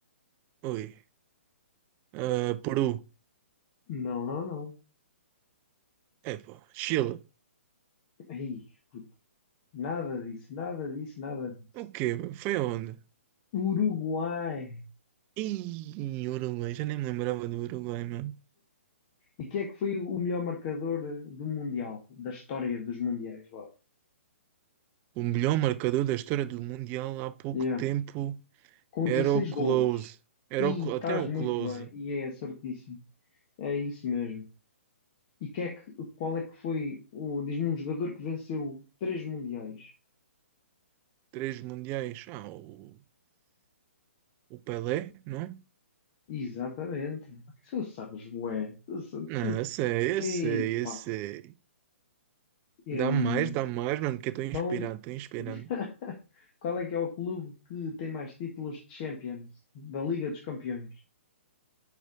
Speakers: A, on the right (about 25°); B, on the left (about 35°).
A: oi. Ah, Peru,
B: Não, não, não.
A: é pá, Chile.
B: Ai, puto. Nada disso, nada disso, nada disso.
A: O quê? meu? Foi aonde?
B: Uruguai.
A: E Uruguai, já nem me lembrava do Uruguai, mano.
B: E quem é que foi o melhor marcador eh, do Mundial? Da história dos Mundiais, vá.
A: O melhor marcador da história do Mundial há pouco
B: Yeah.
A: tempo
B: Com
A: era
B: 16
A: o Close.
B: golos.
A: Era
B: E
A: o Cl-
B: estás
A: até o
B: muito
A: Close.
B: bem. E é certíssimo. É isso mesmo. E que é que, qual é que foi, o diz-me um jogador que venceu três mundiais.
A: Três mundiais. Ah, o, o Pelé, não?
B: Exatamente. Tu sabes, bué. Tu, sa-
A: Não,
B: tu.
A: eu sei,
B: Ei,
A: eu sei,
B: pá.
A: eu sei.
B: Hum,
A: Dá mais, dá mais, mano, porque eu estou inspirado,
B: então,
A: estou inspirado.
B: <laughs> qual é que é o clube que tem mais títulos de Champions? Da Liga dos Campeões.